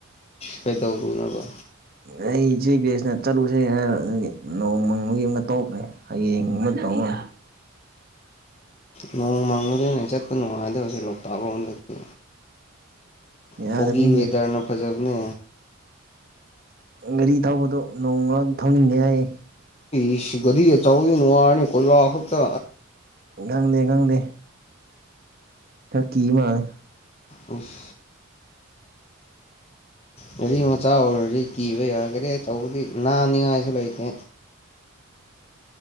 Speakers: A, on the left; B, on the right.
A: ꯀꯩꯗꯧꯔꯨꯅꯕ
B: ꯑꯩꯆꯦ ꯒꯦꯁꯅ ꯆꯠꯂꯨꯁꯦ ꯍꯥꯏꯕꯗꯨꯒꯤ ꯅꯣꯡ ꯃꯪꯕꯒꯤ ꯑꯃꯒ ꯇꯣꯛꯈ꯭ꯔꯦ ꯍꯌꯦꯡ ꯑꯃꯛ ꯇꯧꯔ
A: ꯅꯣꯡꯃꯪꯕꯗꯅꯦ ꯆꯠꯄ ꯅꯨꯡꯉꯥꯏꯗꯕꯁꯦ ꯂꯣꯛꯇꯥꯛ ꯂꯣꯝꯗꯗꯤ
B: ꯌꯥꯗꯕꯅꯤꯅꯦ
A: ꯐꯣꯒꯤ ꯋꯦꯗꯔꯅ ꯐꯖꯕꯅꯦ
B: ꯒꯥꯔꯤ ꯊꯧꯕꯗꯣ ꯅꯣꯡ ꯃꯔꯛ ꯊꯧꯅꯤꯡꯗꯦ ꯍꯥꯏꯌꯦ
A: ꯏꯁ ꯒꯔꯤꯒ ꯑꯆꯧꯕꯗꯤ ꯅꯨꯡꯉꯔꯅꯤ ꯀꯣꯏꯂꯥ ꯈꯛꯇ
B: ꯈꯪ ꯗꯦ ꯈꯪꯗꯦ ꯈꯔ ꯀꯤ ꯃꯥꯂꯦ
A: ꯎꯐ ꯒꯔꯤ ꯃꯆꯥ ꯑꯣꯏꯔꯗꯤ ꯀꯤꯕꯌꯥꯏ ꯒꯥꯔꯤ ꯑ ꯆꯧꯕꯗꯤ ꯅꯥꯟꯅꯤꯉꯥꯏꯁꯨ ꯂꯩꯇꯦ